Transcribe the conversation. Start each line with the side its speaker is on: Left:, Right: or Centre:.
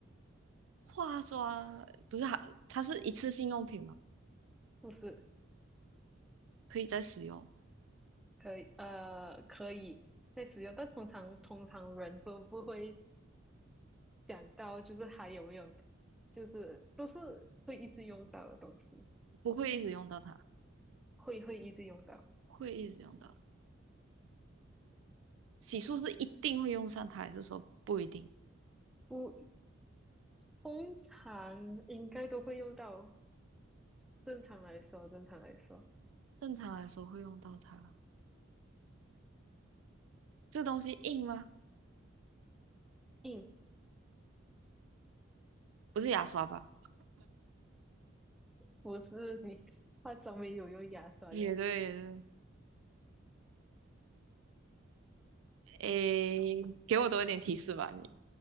Right: 化妆不是还它是一次性用品吗？
Centre: 不是，
Right: 可以再使用，
Centre: 可以，呃，可以在使用，但通常通常人都不会想到，就是还有没有，就是都是会一直用到的东西，
Right: 不会一直用到它，
Centre: 会会一直用到。
Right: 会一直用到。洗漱是一定会用上它，还是说不一定？
Centre: 不，通常应该都会用到。正常来说，正常来说，
Right: 正常来说会用到它。这个东西硬吗？
Centre: 嗯，
Right: 不是牙刷吧？
Centre: 不是你 <laughs> 化妆没有用牙刷的。
Right: 也对，也对。诶，给我多一点提示吧，你。